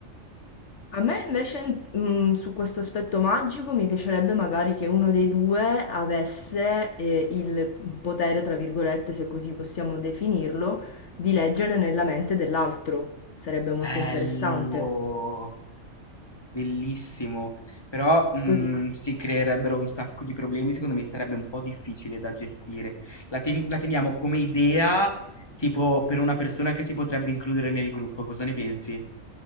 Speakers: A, on the left (about 65°); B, on the left (about 20°).
A: A me invece, mm, su questo aspetto magico, mi piacerebbe magari che uno dei due avesse eh, il potere, tra virgolette, se così possiamo definirlo, di leggere nella mente dell'altro. Sarebbe molto
B: Bello,
A: interessante.
B: bellissimo, però mh,
A: Così.
B: si creerebbero un sacco di problemi, secondo me sarebbe un po' difficile da gestire. La, ten- la teniamo come idea, tipo per una persona che si potrebbe includere nel gruppo, cosa ne pensi?